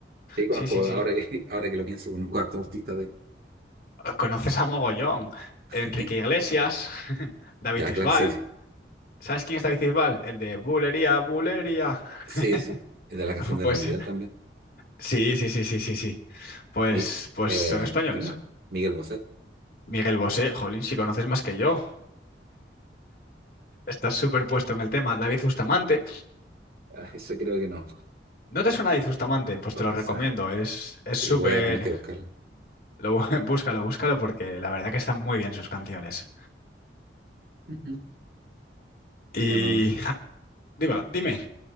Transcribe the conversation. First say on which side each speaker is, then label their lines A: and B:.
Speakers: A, on the right; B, on the left.
A: Sí, conozco,
B: Sí, sí, sí.
A: ahora que, <laughs> ahora que lo pienso, conozco a hartos artistas de...
B: Conoces a mogollón,
A: <laughs>
B: Enrique Iglesias, <laughs> David
A: Ya,
B: Bisbal.
A: claro, sí, sí.
B: ¿Sabes quién es David Bisbal? El de Bulería, Bulería.
A: Sí,
B: <laughs>
A: sí. De la canción del
B: Pues
A: Mundial también.
B: Sí, sí, sí, sí, sí, sí. Pues,
A: Mi,
B: pues
A: eh,
B: son españoles.
A: ¿quién más? Miguel Bosé.
B: Miguel Bosé, jolín, si conoces más que yo. Estás súper puesto en el tema. David Bustamante.
A: Ah, eso creo que no.
B: ¿No te suena David Bustamante? Pues
A: O
B: te lo
A: quizás.
B: recomiendo. Es, es
A: Sí,
B: súper...
A: voy a tener que buscarlo.
B: Lo, bu- <laughs> búscalo, búscalo porque la verdad que están muy bien sus canciones.
A: Ujú.
B: Y
A: Bueno,
B: ja, dime, dime.